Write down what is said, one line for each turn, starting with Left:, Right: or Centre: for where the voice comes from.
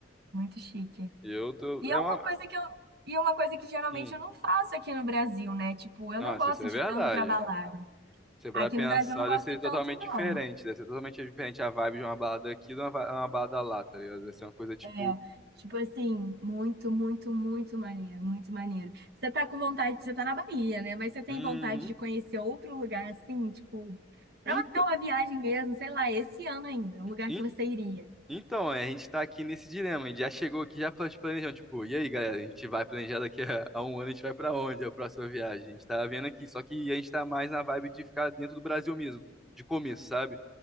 Right: muito chique.
Centre: E eu tô.
Right: E
Centre: É
Right: é uma
Centre: uma...
Right: coisa que eu, e é uma coisa que geralmente
Centre: hum.
Right: eu não faço aqui no Brasil, né? Tipo, eu
Centre: Nossa,
Right: não gosto
Centre: isso é
Right: de
Centre: verdade.
Right: tanto pra balada.
Centre: Você pra
Right: Aqui
Centre: pensar,
Right: no Brasil eu não gosto
Centre: deve ser
Right: tanto,
Centre: totalmente
Right: não.
Centre: diferente. Deve ser totalmente diferente a vibe de uma balada aqui de uma, va- uma balada lá, tá ligado? Deve ser uma coisa tipo.
Right: É, tipo assim, muito, muito, muito maneiro, muito maneiro. Você tá com vontade, você tá na Bahia, né? Mas você tem
Centre: Uhum.
Right: vontade de conhecer outro lugar assim, tipo, pra
Centre: Ent-
Right: marcar uma viagem mesmo, sei lá, esse ano ainda, um lugar
Centre: Então,
Right: que você iria.
Centre: Então, é, a gente tá aqui nesse dilema. A gente já chegou aqui, já plane- planejando. Tipo, e aí, galera? A gente vai planejar daqui a, a um ano, a gente vai pra onde? É a próxima viagem. A gente tá vendo aqui. Só que a gente tá mais na vibe de ficar dentro do Brasil mesmo, de começo, sabe?